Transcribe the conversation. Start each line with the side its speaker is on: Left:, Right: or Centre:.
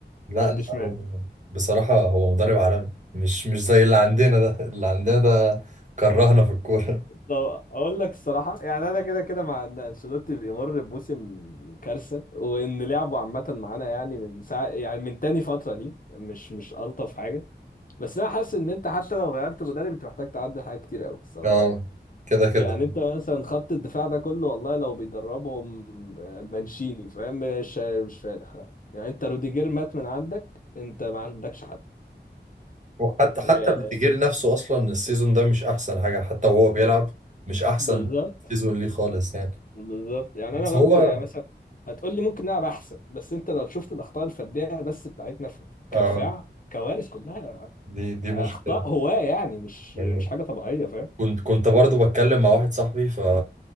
Right: لا
Left: ما عنديش
Right: لا
Left: مانع
Right: هو بصراحه هو مدرب عالمي مش مش زي اللي عندنا ده اللي عندنا ده كرهنا في الكوره
Left: طب اقول لك الصراحه يعني انا كده كده مع ان انشيلوتي بيمر بموسم كارثه وان لعبه عامه معانا يعني من ساعه يعني من تاني فتره دي مش مش الطف حاجه بس انا حاسس ان انت حتى لو غيرت مدرب انت محتاج تعدل حاجات كتير قوي الصراحه
Right: اه كده كده
Left: يعني انت مثلا خط الدفاع ده كله والله لو بيدربهم آه، مانشيني فاهم مش مش فالح لا. يعني انت روديجير مات من عندك انت ما عندكش حد
Right: وحتى حتى
Left: يا-
Right: بتجيري نفسه اصلا السيزون ده مش احسن حاجه حتى وهو بيلعب مش احسن
Left: بالظبط
Right: سيزون ليه خالص يعني
Left: بالظبط يعني انا
Right: بس
Left: برضو
Right: هو
Left: يعني مثلا هتقول لي ممكن نلعب احسن بس انت لو شفت الاخطاء الفرديه بس بتاعتنا في-
Right: اه
Left: كدفاع كوارث كلها
Right: دي دي
Left: آه،
Right: مشكله
Left: اخطاء هواه يعني مش
Right: يعني
Left: مش حاجه طبيعيه
Right: كنت كنت برضو بتكلم مع واحد صاحبي ف
Left: فاهم